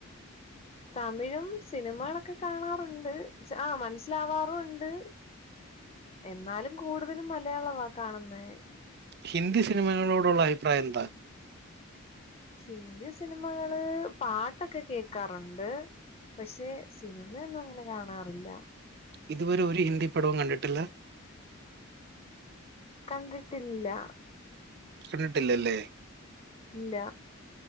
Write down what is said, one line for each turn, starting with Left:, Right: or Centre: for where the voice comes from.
Left: തമിഴും സിനിമകളൊക്കെ കാണാറുണ്ട് ആ മനസ്സിലാവാറുവോണ്ട് എന്നാലും കൂടുതലും മലയാളവാ കാണുന്നേ
Right: ഹിന്ദി സിനിമകളോടുള്ള അഭിപ്രായം എന്താ
Left: ഹിന്ദി സിനിമകള് പാട്ടൊക്കെ കേക്കാറുണ്ട് പഷേ സിനിമയൊന്നും അങ്ങനെ കാണാ റില്ല
Right: ഇതുവരെ ഒരു ഹിന്ദി പടവും കണ്ടിട്ടില്ല
Left: കണ്ടിട്ടില്ല
Right: കണ്ടിട്ടില്ലല്ലേ
Left: ഇല്ല